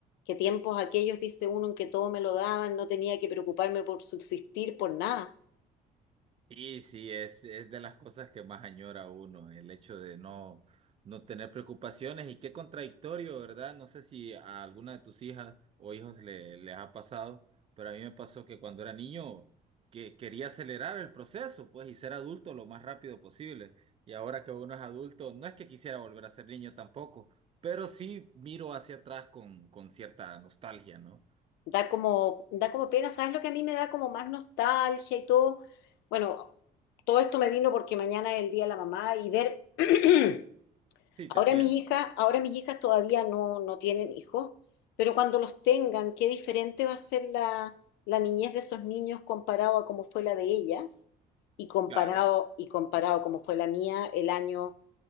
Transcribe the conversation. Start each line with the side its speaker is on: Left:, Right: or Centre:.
Left: que tiempos aquellos, dice uno, en que todo me lo daban, no tenía que preocuparme por subsistir, por nada.
Right: Sí, sí, es, es de las cosas que más añora uno, el hecho de no, no tener preocupaciones y qué contradictorio, ¿verdad? No sé si a alguna de tus hijas o hijos le, les ha pasado, pero a mí me pasó que cuando era niño que quería acelerar el proceso, pues, y ser adulto lo más rápido posible. Y ahora que uno es adulto, no es que quisiera volver a ser niño tampoco, pero sí miro hacia atrás con, con cierta nostalgia, ¿no?
Left: Da como, da como pena, ¿sabes lo que a mí me da como más nostalgia y todo? Bueno, todo esto me vino porque mañana es el Día de la Mamá y ver, <clears throat>
Right: Sí,
Left: ahora
Right: te entiendo.
Left: mis hijas, ahora mis hijas todavía no, no tienen hijos, pero cuando los tengan, qué diferente va a ser la, la niñez de esos niños comparado a cómo fue la de ellas y comparado,
Right: Claro.
Left: y comparado a cómo fue la mía el año